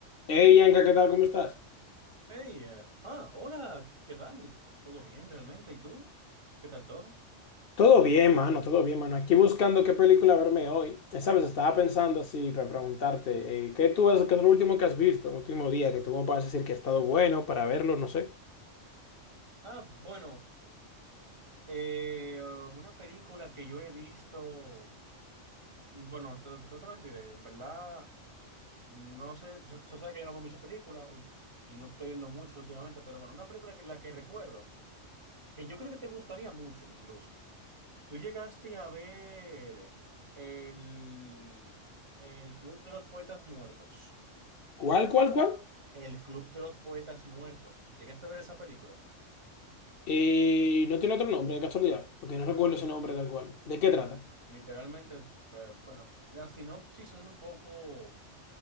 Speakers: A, on the left (about 55°); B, on the right (about 25°).
A: Hey, Yanka, ¿qué tal? ¿Cómo estás?
B: Hey, eh, ah, hola, ¿qué tal? ¿Y ¿Todo bien realmente? ¿Y tú? ¿Qué tal todo?
A: Todo bien, mano, todo bien, mano. Aquí buscando qué película verme hoy. Eh, ¿Sabes? Estaba pensando así para preguntarte, eh, ¿qué tú has, qué es lo último que has visto, el último día, que tú me puedas decir que ha estado bueno para verlo, no sé.
B: Ah, bueno, eh, una película que yo he visto, bueno, te- no te mentiré, en verdad, no sé, tú, sa- tú sabes que yo no veo muchas películas y no estoy viendo mucho últimamente, pero bueno, una película que la que recuerdo, que yo creo que te gustaría mucho incluso. Tú llegaste a ver el, el Club de los Poetas Muertos.
A: ¿Cuál, cuál, cuál?
B: El Club de los Poetas Muertos. ¿Llegaste a ver esa película?
A: Eh, no tiene otro nombre, de casualidad, porque no recuerdo ese nombre tal cual. ¿De qué trata?
B: Literalmente, eh, bueno, la sinopsis es un poco,